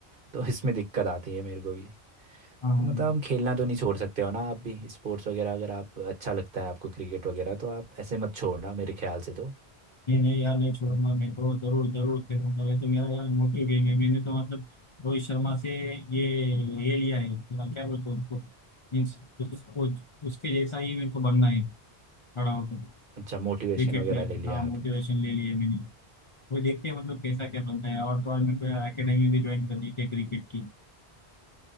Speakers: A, on the right; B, on the left.
A: तो इसमें दिक्कत आती है मेरे को भी
B: हाँ हाँ।
A: तो मतलब हम खेलना तो नहीं छोड़ सकते हो ना आप भी स्पोर्ट्स वगैरह अगर आप अच्छा लगता है आपको क्रिकेट वगैरह तो आप ऐसे मत छोड़ना मेरे ख्याल से तो
B: नहीं नहीं यार नहीं छोड़ूंगा मैं तो जरूर जरूर खेलूंगा ये तो मेरा यार मोटिव गेम है मैंने तो मतलब रोहित शर्मा से ये ये लिया है क्या क्या बोलते हैं उसको मीन्स उसको उसके जैसा ही मेरे को बनना है खड़ा होकर
A: अच्छा मोटिवेशन
B: क्रिकेट
A: वगैरह
B: प्लेयर
A: ले लिया
B: हाँ मोटिवेशन
A: आपने
B: ले लिए मैंने वो देखते हैं मतलब कैसा क्या बनता है और तो और मेरे को यार अकेडमी भी ज्वाइन करनी थी क्रिकेट की